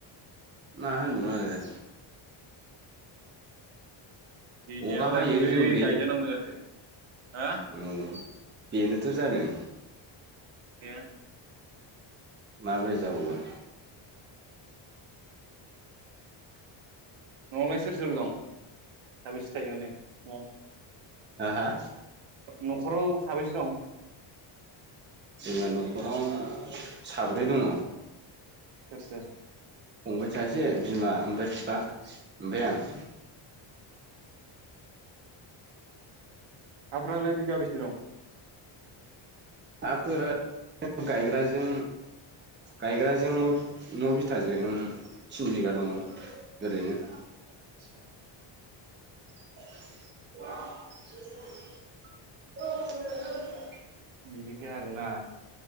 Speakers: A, on the right; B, on the right.
A: मा होनबावनो आरो
B: दै गैयाबालाय
A: अखा हायो
B: बोरै
A: जोंनिखै
B: गायजानांगौ जाखो हा
A: औ बेनोथ' जादों
B: एया
A: माबोरै जाबावगोन
B: न'आवलाय सोर सोर दं साबिसे थायो माने न'वाव
A: हा हा
B: न'खराव साबेसे दं
A: जोंहा न'खराव साब्रै दङ
B: सोर सोर
A: फंबाय सासे बिमा ओमफ्राय बिफा ओमफ्राय आं
B: हाफ्रालाय बिगा बेसे दं
A: हाफोरा गायग्राजों गायग्राजों न' बिथा न' बिथाजों थिन बिगा दङ ओरैनो
B: आदसा
A: <unintelligible>
B: बिदिखै आरो ना